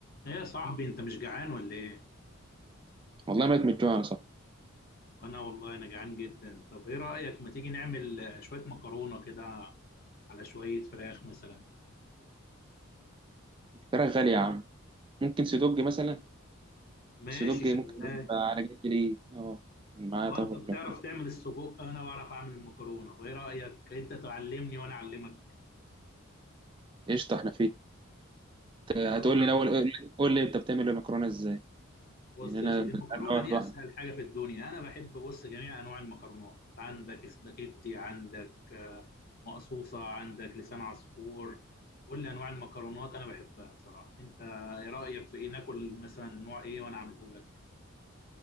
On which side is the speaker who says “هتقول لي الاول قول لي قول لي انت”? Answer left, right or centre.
Right